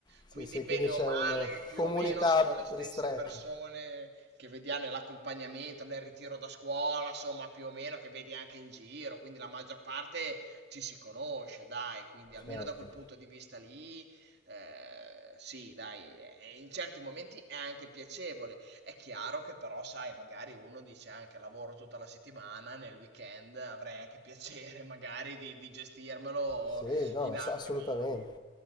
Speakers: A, on the left; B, on the right.
A: Sì,
B: Quindi
A: sì,
B: bene
A: quindi
B: o
A: c'è
B: male,
A: una
B: più
A: comunità
B: o meno sono le stesse
A: ristretta.
B: persone che vediamo nell'accompagnamento, nel ritiro da scuola, insomma, più o meno che vedi anche in giro, quindi la maggior parte ci si conosce, dai, quindi almeno
A: Certo.
B: da quel punto di vista lì, eh, sì, dai, e in certi momenti è anche piacevole. È chiaro che però, sai, magari uno dice anche lavoro tutta la settimana, nel weekend avrei anche piacere <laughs> magari di di gestirmelo
A: Sì, no,
B: in
A: ma
B: altri
A: sa- assolutamente.
B: modi.